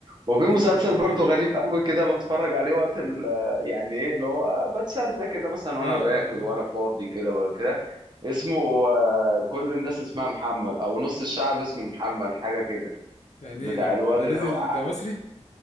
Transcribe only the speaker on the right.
وفي
مسلسل
برضه غريب قوي كده بتفرج عليه وقت ال- يعني ايه اللي هو بتسلى كده مثلا
وانا باكل
وانا
فاضي كده اسمه آه، كل الناس اسمها محمد او نص الشعب اسمه محمد حاجه كده
بتاع
الواد
هو-